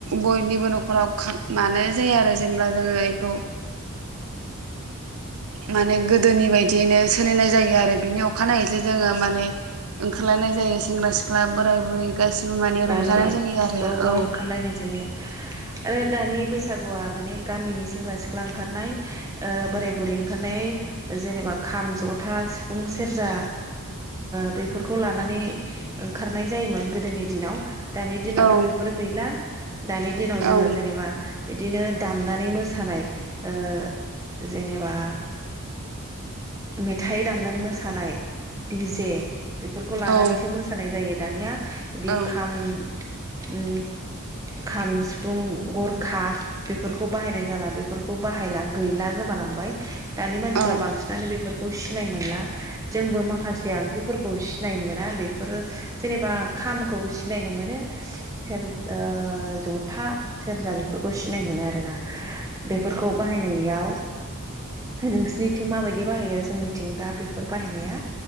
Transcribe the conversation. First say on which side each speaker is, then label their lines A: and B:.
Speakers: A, on the right; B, on the right.
A: बयनिबो न'खराव मानाय जाया आरो जेनेबा जोङो बेखौ माने गोदोनि बायदियैनो सोलिनाय जायो आरो बिनि अ खानायैसो जोङो माने ओंखारलायनाय जायो सेंग्रा सि क्लाब बोराय बुरै गासिबो माने
B: गामियाव
A: रंजानाय जायो आरो
B: ज ज
A: औ
B: ओंखारलायनाय जायो ओद दानि बैसागुआ माने गामिनि सेंग्रा सिख्ला ओंखारनाया ओ बोराय बुरै ओंखारनाय जेनेबा खाम जथा सिफुं सेरजा बेफोरखौ लानानै ओंखारनाय जायोमोन गोदोनि दिनाव दानि दिनावथ
A: औ
B: बेफोर गैला दानि दिनाव जोङो
A: औ
B: जेनेबा इदिनो दामनानै मोसानाय ओ जेनेबा मेथाइ दामनानै मोसानाय द डिजजे बेफोरखौ लानानैसो
A: औ
B: मोसानाय जायो दानिया बिदि
A: औ
B: खाम ओम खाम सिफुं गरखा बेफोरखौ बाहायनाय जाला बेफोरखौ बाहायला गैला गोमालांबाय दानि मानसिफ्रा
A: औ
B: बांसिनानो बेफोर सिनाय मोनला जोंबो माखासे आगजुफोरखौ नायनो मोना बेफोरो जेनेबा खामखौ सिनायनो मोनो सेरज ओ जथा सेरजा बेफोरखौ सिनायनो मोनो आरोना बेफोरखौ बाहायनायाव नोंसिनिथिं माबायदि बिदि बाहायो जोंनिथिं दा बेफोर बाहायनाया